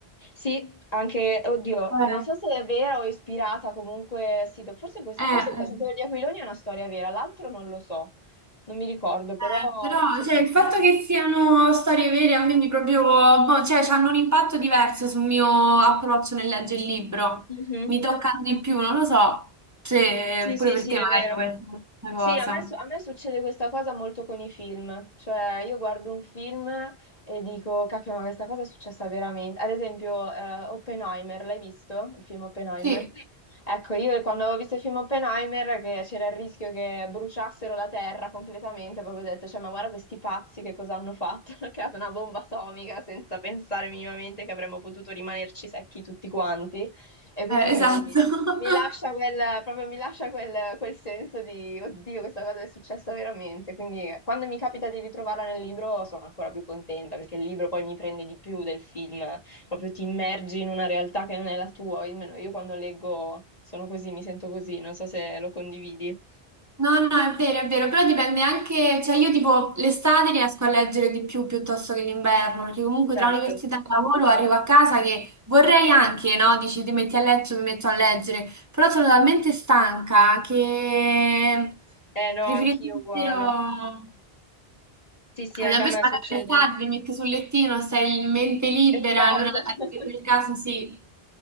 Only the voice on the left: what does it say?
Sì, anche, oddio,
non so se è vera o ispirata comunque, sì, do- forse, questo,
forse il cacciatore
di aquiloni è una storia vera, l'altro non lo so, non mi ricordo, però
sono
molto
belle.
Mhm.
Sì, sì,
sì,
è
vero.
Sì,
a me, su- a me succede questa cosa molto con i film, cioè io guardo un film e dico, cacchio, ma questa cosa è successa veramente. Ad esempio, eh, Oppenheimer, l'hai visto? Il film Oppenheimer?
Sì. Ecco, io quando avevo visto il film Oppenheimer, che c'era il rischio che bruciassero la Terra completamente, proprio ho detto, cioè, ma guarda questi pazzi che cosa hanno fatto? <laughs> Hanno creato una bomba atomica senza pensare minimamente che avremmo potuto rimanerci secchi tutti quanti. E quindi
mi,
mi lascia quel, proprio mi lascia quel, quel senso di, oddio, questa cosa è successa veramente. Quindi quando mi capita di ritrovarla nel libro sono ancora più contenta perché il libro poi mi prende di più del film, proprio ti immergi in una realtà che non è la tua, almeno io quando leggo sono così, mi sento così, non so se lo condividi.
Certo.
Eh no,
anch'io
uguale. Sì, sì,
anche
a me
succede.
Esatto.
<laughs>